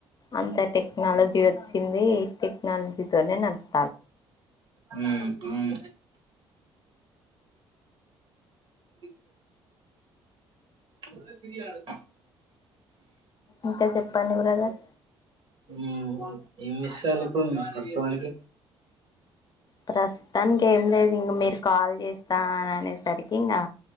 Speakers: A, on the left; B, on the right.
A: అంత టెక్నాలజీ వచ్చింది టెక్నాలజీతోనే నడుస్తూ
B: హమ్ అవును <inaudible> మనకి ఫ్రీ కాదు.
A: ఇంకా చెప్పండి బ్రదర్.
B: ఉమ్ ఎన్ని సార్లిప్పుమ్ ప్రస్తవానికి.
A: ప్రస్తుతానికి ఏం లేదు ఇంక మీరు కాల్ చేస్తా అని అనేసరికి ఇంకా.